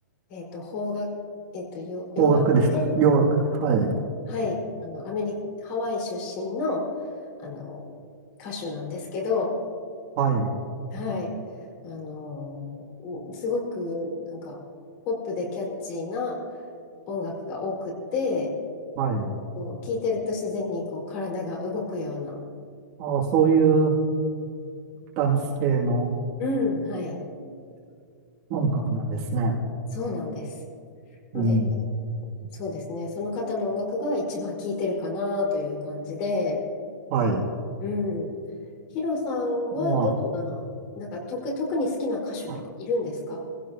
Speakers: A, on the left; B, on the right.
A: えっと、邦楽、えっと、よ洋楽で、
B: 邦楽でした。洋楽。はい。
A: はい、あの、アメリカ、ハワイ出身の、あの、歌手なんですけど、
B: はい。
A: はい。あのーすごくなんかポップでキャッチーな音楽が多くて、
B: はい。
A: こう聴いてると自然にこう体が動くような。
B: ああ、そういうダンス系の
A: うん、はい。
B: 音楽なんですね。
A: そうなんです。で、
B: うん。
A: そうですね。その方の音楽が一番聴いてるかなという感じで、
B: はい。
A: うん。ヒロさんはどんな、
B: あ
A: なんか特、特に好きな歌手とかいるんですか
B: あ、あ